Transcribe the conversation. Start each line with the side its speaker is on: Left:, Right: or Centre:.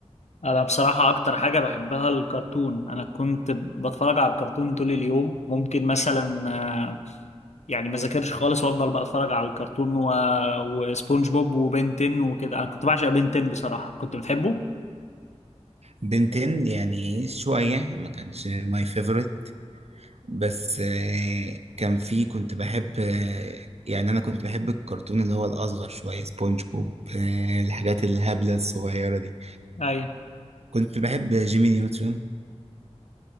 Left: انا بصراحة اكتر حاجة بحبها الكرتون انا كنت بتفرج على الكرتون طول اليوم ممكن مثلا آه، يعني ما ذاكرش خالص وافضل بقى اتفرج على الكرتون و... وسبونج بوب وبنتين وكده انا كنت بعشق بنتين بصراحة كنت بتحبه
Right: بنتين يعني شوية ما كانش ماي favorite بس آه، كان في كنت بحب آه، يعني انا كنت بحب الكرتون اللي هو الاصغر شويه سبونج بوب آه، الحاجات الهبله الصغيره دي
Left: ايوه
Right: كنت بحب جيمي نيوترون